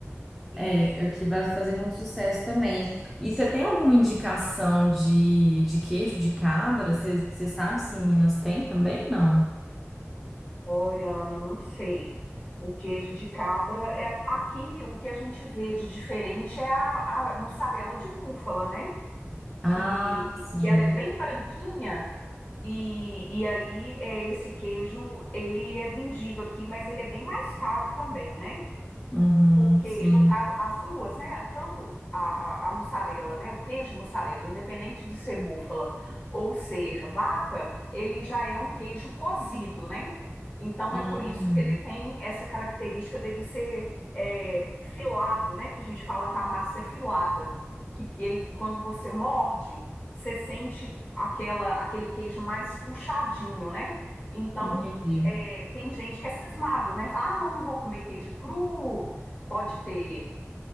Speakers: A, on the left; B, in the centre.
A: Isso.
B: É, aqui vai fazer muito sucesso também. E você tem alguma indicação de, de queijo de cabra? Você você sabe se em Minas tem também? Não.
A: Olha, Ana, não sei. O queijo de cabra é aqui o que a gente vê de diferente é a, a mussarela de búfala, né?
B: Ah,
A: que,
B: sim.
A: que ela é bem branquinha, e, e aí é, esse queijo, ele é vendido aqui, mas ele é bem mais caro também, né?
B: Uhum,
A: porque
B: sim.
A: no caso as duas, né, tanto a, a, a mussarela, né, o queijo mussarela, independente de ser búfala ou ser vaca, ele já é um queijo cozido, né? Então
B: Uhum,
A: é por isso que ele tem essa característica dele ser é, filado, né? Que a gente fala que a massa é filada, que ele quando você morde, você sente aquela aquele queijo mais puxadinho, né? Então
B: entendi.
A: é, tem gente que é cismado, né? Fala, ah, não, não vou comer queijo cru, pode ter.